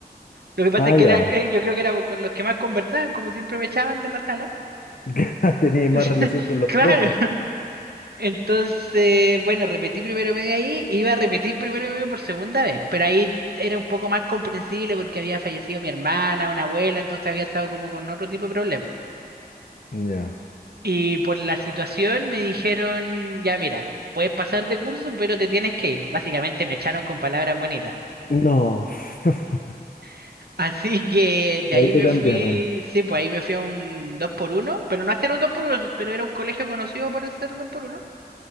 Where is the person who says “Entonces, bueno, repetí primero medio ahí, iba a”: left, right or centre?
Right